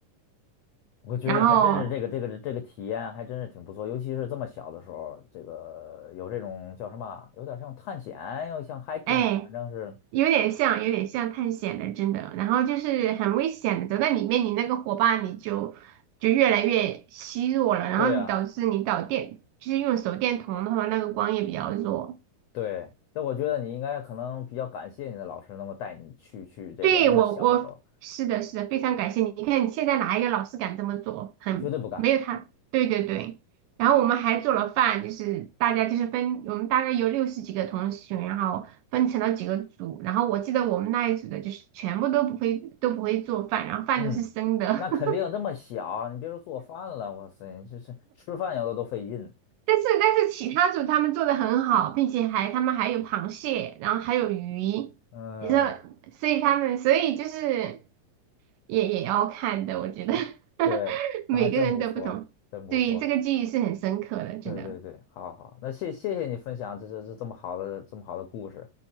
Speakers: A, on the left; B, on the right.
A: 我觉得还真是这个这个这个体验还真是挺不错，
B: 然后
A: 尤其是这么小的时候，这个有这种叫什么啊有点像探险，又像 hiking，
B: 哎。
A: 反正是
B: 有点像，有点像探险的，真的。然后就是很危险的，走在里面，你那个火把你就就越来越虚弱了，然后导致你导电，
A: 对呀、
B: 就是用手电筒的话，那个光也比较弱。
A: 对。但我觉得你应该可能比较感谢你的老师能够带你去去这个那么小的时候，
B: 对，我我是的，是的，非常感谢你。你看，你现在哪一个老师敢这么做？很没有他，
A: 绝对不敢。
B: 对对对。然后我们还做了饭，就是大家就是分，我们大概有六十几个同学，然后分成了几个组。然后我记得我们那一组的就是全部都不会都不会做饭，然后饭都是生的。
A: 嗯，那肯定这么小，
B: <laughs>
A: 你别说做饭了，哇塞，你这是吃饭有的都费劲。
B: 但是但是其他组他们做的很好，并且还他们还有螃蟹，然后还有鱼。
A: 嗯，
B: 你知道，所以他们所以就是。也也要看的，我觉得 <laughs>
A: 对，
B: 每个人都不同，
A: 那还真不错，真不错。
B: 对这个记忆是很深刻的，真的。
A: 对对对，好好好，那谢谢谢你分享这这这这么好的这么好的故事，